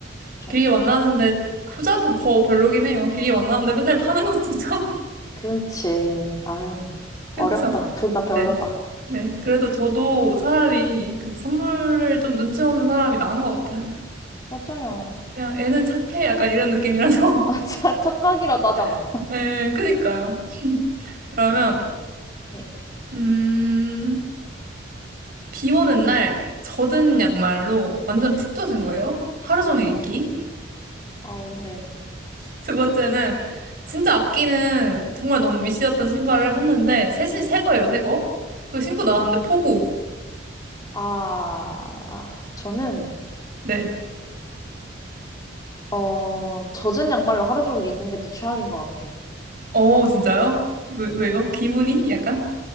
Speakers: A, on the left (about 20°); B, on the right (about 50°).
A: 그쵸?
B: 길게 만나는데, 후자도 더 별로긴 해요. 길게 만나는데 맨날 파는 것도 참, <laughs>
A: 그치. 아유,
B: 그쵸.
A: 어렵다. 둘 다 별로다.
B: 네, 네. 그래도 저도 차라리 그 선물을 좀 눈치 없는 사람이 나은 것 같아요.
A: 맞아요.
B: 그냥 애는 착해. 약간 이런 느낌이라서.
A: <laughs> 아, 착각이라도 하잖아.
B: <laughs> 네 그니까요. <laughs> 그러면,
A: 네.
B: 음, 비 오는 날 젖은 양말로 완전 푹 젖은 거예요.
A: 음.
B: 하루 종일 입기.
A: 아우, 아우, 네.
B: 두 번째는 진짜 아끼는 정말 너무 미시였던 신발을 샀는데 새, 신- 새 거예요, 새 거. 그 신고 나왔는데
A: 음.
B: 폭우.
A: 아, 저는,
B: 네.
A: 어, 젖은 양말로 하루 종일 있는 게 더 최악인 것 같아요.
B: 어, 진짜요? 왜, 왜요?
A: 네.
B: 기분이 약간?